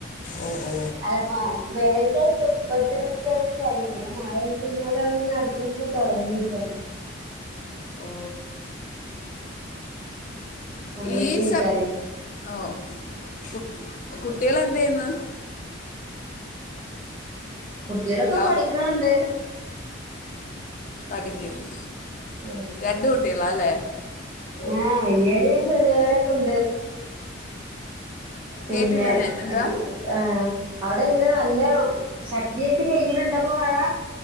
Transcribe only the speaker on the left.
ഓ ഓ
ഓ
ഈസ
ഓ കു കുട്ടികള് എന്ത ചെയ്യന്ന്?
ഹലോ
പഠിക്കുന്നു
രണ്ട് കുട്ടികളാ അല്ലേ
കേട്ടില്ല ഞാൻ എന്താ